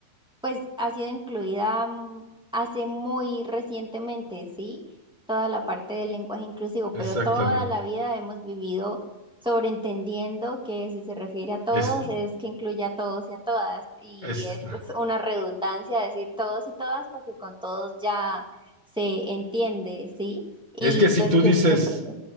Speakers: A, in the centre; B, on the left.
A: Pues ha sido incluida mm, hace muy recientemente, ¿sí? Toda la parte del lenguaje inclusivo,
B: Exactamente.
A: pero toda la vida hemos vivido sobreentendiendo que si se refiere a todos
B: Es,
A: es que incluye a todos y a todas. Y
B: es,
A: es pues, una redundancia decir todos y todas porque con todos ya se entiende, ¿sí? Y
B: es que si
A: pues
B: tú
A: que
B: dices,
A: siempre,